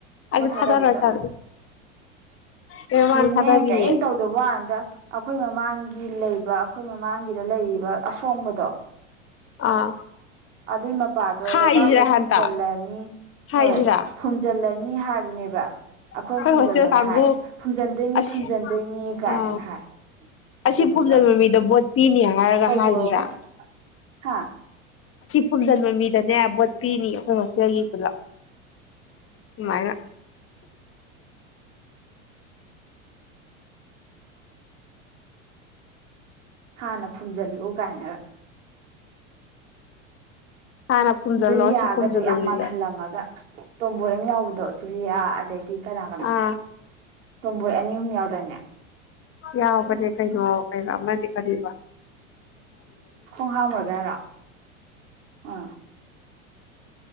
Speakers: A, on the left; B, on the right.
A: ꯑꯩꯁꯨ
B: ꯕꯣꯠ ꯊꯥꯗꯕ
A: ꯊꯥꯗꯔꯣꯏ
B: ꯆꯠꯂꯣꯏꯅꯦ
A: ꯊꯥꯗꯔꯤ ꯑꯩ ꯃꯃꯥꯡ ꯊꯥꯗꯔꯤꯌꯦ
B: ꯀꯔꯤꯝ ꯇꯧꯗꯕ ꯋꯥꯅꯗ ꯑꯩꯈꯣꯏ ꯃꯃꯥꯡꯒꯤ ꯂꯩꯕ ꯑꯩꯈꯣꯏ ꯃꯃꯥꯡꯒꯤꯗ ꯂꯩꯔꯤꯕ ꯑꯁꯣꯡꯕꯗꯣ
A: ꯑꯥ
B: ꯑꯗꯨ ꯃ ꯅꯨꯄꯥꯗꯣ
A: ꯍꯥꯏꯁꯤꯔꯥ
B: ꯂꯩꯕꯥꯛ ꯂꯣꯏ
A: ꯍꯟꯇꯛ
B: ꯐꯨꯝꯖꯤꯜꯂꯅꯤ
A: ꯍꯥꯏꯁꯤꯔꯥ
B: ꯍꯣꯏ ꯐꯨꯝꯖꯤꯜꯂꯅꯤ ꯅꯤ ꯍꯥꯏꯕꯅꯦꯕ ꯑꯩꯈꯣꯏꯅ
A: ꯑꯩꯈꯣꯏ
B: ꯐꯨꯝꯖꯤꯜꯂꯣꯅ
A: ꯍꯣꯁꯇꯦꯜ ꯀꯥꯡꯕꯨ
B: ꯍꯥꯏ ꯏꯁꯁ ꯐꯨꯝꯖꯟꯗꯣꯏꯅꯤ
A: ꯑꯁ
B: ꯐꯨꯝꯖꯟꯗꯣꯏꯅꯤ ꯀꯥꯏꯅꯒ
A: ꯑꯥ
B: ꯍꯥꯏ
A: ꯑꯁꯤ
B: ꯑꯗꯨꯗꯨꯒ
A: ꯐꯨꯝꯖꯤꯟꯕ ꯃꯤꯗꯣ ꯕꯣꯠ ꯄꯤꯅꯤ ꯍꯥꯏꯔꯒ
B: ꯀꯩ
A: ꯍꯥꯏꯁꯤꯔꯥ
B: ꯄꯣꯔꯣꯕ ꯍꯥ
A: ꯈꯨꯝꯖꯤꯟꯕ ꯃꯤꯗꯅꯦ ꯕꯣꯠ ꯄꯤꯅꯤ ꯑꯩꯈꯣꯏ ꯍꯣꯁꯇꯦꯜꯒꯤ ꯄꯨꯂꯞ ꯃꯥꯏꯅ
B: ꯍ ꯅ ꯐꯨꯟꯖꯜ ꯎ ꯀꯥꯏꯅꯦ
A: ꯍꯥꯟꯅ ꯐꯨꯝꯖꯤꯜꯂꯣ
B: ꯖꯨꯂꯤꯌꯥꯒꯗꯣ
A: ꯁꯤ ꯐꯨꯝꯖꯤꯟꯕ
B: ꯌꯥꯝ
A: ꯃꯤꯗ
B: ꯃꯥꯜꯍꯜꯂꯝꯃꯒ ꯇꯣꯝꯕꯣꯏ ꯑꯃ ꯌꯥꯎꯕꯗꯣ ꯖꯨꯂꯤꯌꯥ ꯑꯗꯩꯗꯤ ꯀꯅꯥ ꯀꯅꯥ
A: ꯑꯥ
B: ꯇꯣꯝꯕꯣꯏ ꯑꯅꯤ ꯑꯍꯨꯝ ꯌꯥꯎꯗꯣꯏꯅꯦ
A: ꯌꯥꯎꯕꯅꯦ ꯀꯩꯅꯣ ꯀꯩꯅꯣ ꯑꯃꯗꯤ ꯀꯔꯤ
B: ꯈꯣꯡꯍꯝ ꯒꯦꯔ ꯑꯥ